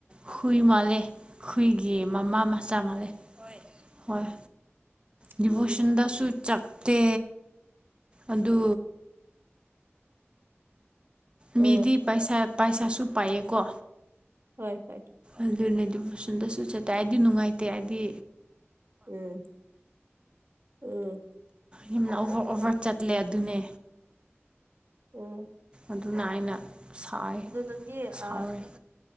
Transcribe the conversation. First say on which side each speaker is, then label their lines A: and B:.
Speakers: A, on the right; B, on the right.
A: ꯍꯨꯏ ꯃꯥꯜꯂꯦ ꯍꯨꯏꯒꯤ ꯃꯃꯥ ꯃꯆꯥ ꯃꯥꯜꯂꯦ ꯍꯣꯏ ꯍꯣꯏ
B: ꯎꯝ
A: ꯗꯤꯚꯣꯁꯟꯗꯁꯨ ꯆꯥꯛ ꯇꯦ ꯑꯗꯨ
B: ꯎꯝ
A: ꯃꯤꯗꯤ ꯄꯩꯁꯥ ꯄꯩꯁꯥꯁꯨ ꯄꯥꯏꯑꯀꯣ
B: ꯍꯣꯏ ꯍꯣꯏ
A: ꯑꯗꯨꯅꯦꯗꯤꯕꯨꯁꯟꯗꯁꯨ ꯆꯠꯇꯥꯏꯗꯤ ꯅꯨꯡꯉꯥꯏꯇꯦ ꯍꯥꯏꯗꯤ
B: ꯎꯝ ꯎꯝ
A: ꯌꯥꯝꯅ ꯑꯣꯚꯔ ꯑꯣꯚꯔ ꯆꯠꯂꯦ ꯑꯗꯨꯅꯦ
B: ꯑꯣ
A: ꯑꯗꯨꯅ ꯑꯩꯅ ꯁꯥꯏ
B: ꯑꯗꯨ ꯅꯪꯗꯤ
A: ꯁꯥꯎꯔꯦ
B: ꯑ